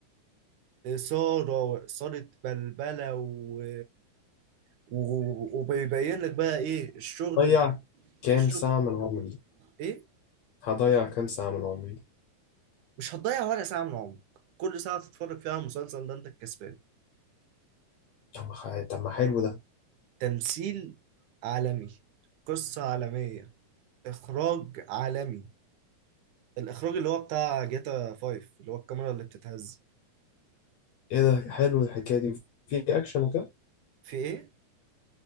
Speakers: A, on the right; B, on the left.
A: إثارة وإثارة بلبلة و... و... وبيبين لك بقى إيه الشغل
B: ضيع كام
A: الشغل
B: ساعه من عمري
A: إيه
B: هضيع كام ساعه من عمري
A: مش هتضيع ولا ساعة من عمرك كل ساعة تتفرج فيها على المسلسل ده أنت الكسبان
B: طب ما خ- طب ما حلو ده
A: تمثيل عالمي قصة عالمية إخراج عالمي الإخراج اللي هو بتاع جاتا 5 اللي هو الكاميرا اللي بتتهز
B: ايه ده حلو الحكايه دي في اكشن وكده
A: في إيه؟